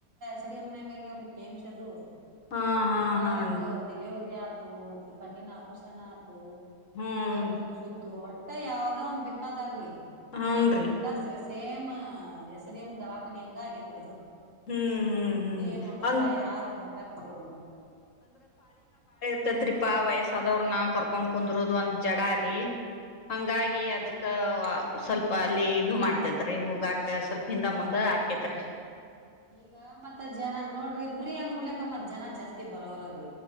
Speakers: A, on the right; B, on the left.
A: ಸಿಯ ನಂಗಗೆ ರ ಕೆಮ ಚದು
B: ಹಾ ಹಾ
A: ಬೇಕಾದಂಗ
B: ಹಾನ್
A: ಡಿಲಿವರಿ ಆ ಮತ್ತೆ ಕಣ್ಣ ನ ಆಪೋಷಣ ಆತು.
B: ಹ್ಮ್
A: ಗರ್ಪ್ಪ ಶುದ್ದು ಮ ಯಾವದ ಒಂದ್ ಬೇಕಾದಾಗ್ಲಿ
B: ಹನ್ರಿ
A: ಎಲ್ಲಸ್ ವ್ಯಸ ಸೇಮ್ ಎಸ್ಡಿ ಎಮ್ ದವಾಖಾನೆ ಹೆಂಗ ಆಗೇತ್ ಅದು.
B: ಹ್ಮ್ ಹ್ಮ್
A: ಅದ
B: ಹ್ಮ್
A: ಏನು ಒಂದ ರೂಪಾಯ
B: ಅಂದ
A: ಯಾರು ಒಂದ ರೂಪಾಯ ಪತ್ಕದು ಮತ್ತ
B: ಇತತ್ರಿಪಾ ವಯಸ್ಸಾದವ್ರ ನ ಕರ್ಕೊಂಡ್ ಕುಂದರುದು ಒಂದ್ ಜಡಾರಿ ಹಂಗಾಗಿ ಅದಕ್ ಸ್ವಲ್ಪ ಅಲ್ಲಿ ಇದು ಮಾಡ್ತೇದ್ರಿ ಹೂಗಾಕ ಸ್ವಲ್ಪ ಹಿಂದ ಮುಂದಕ್ಕ. ಕತಾರೆ
A: ಈಗ ಮತ್ ಜನ ನೋಡ್ರಿ ಪ್ರೀ ಅಂದ್ ಗುಡ್ಲಕ್ಕ ಮತ್ ಜನ ಜಾಸ್ತಿ ಬರೋರ್ರರಿ.